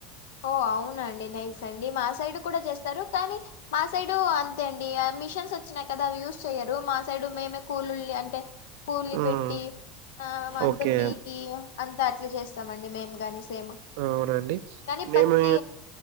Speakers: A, on the left; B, on the right.
A: ఓ అవునండి నైస్ అండి మా సైడ్ కూడా చేస్తారు కానీ మా సైడు అంతే అండి మిషన్స్ వచ్చినాయి కదా అవి యూజ్ చెయ్యరు మా సైడ్ మేమే కూలీళ అంటే కుల్ని
B: ఉమ్,
A: పెట్టి ఆ అంత
B: ఓకే
A: పీకి అంత అట్లా చేస్తామ అండి మేము కాని సేమ్
B: అవునండి
A: కానీ
B: మేము
A: పత్తి